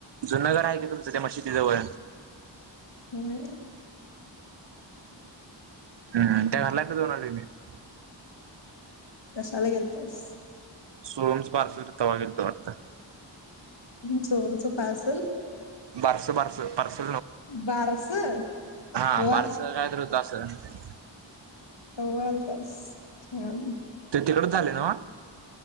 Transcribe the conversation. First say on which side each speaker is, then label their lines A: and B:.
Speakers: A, on the right; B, on the left.
A: जुनं घर आहे तुमचं त्या मशी त जवळ
B: होय
A: <inaudible>
B: कशाला गेलतास
A: सोमस पारस तवागल त वाटता
B: तमच तमचं पार्सल
A: बरस बरस परस
B: बारसं
A: हा
B: वा
A: भारताचा काय तर होत असेल
B: होय बस छान
A: ते तिकडच झाले नव्ह.